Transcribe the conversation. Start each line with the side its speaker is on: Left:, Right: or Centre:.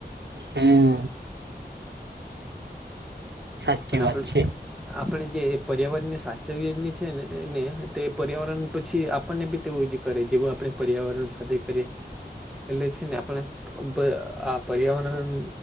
Right: હમ સાચી
Centre: પણ આપણું
Right: વાત છે
Centre: આપણે જે પર્યાવરણ ની સાચવીની છે ને ને તે પર્યાવરણ પછી આપણને જ કરે જેવ આપણે પર્યાવરણ સાથે કરીએ એટલે છે ને આપણે આ પર્યાવરણ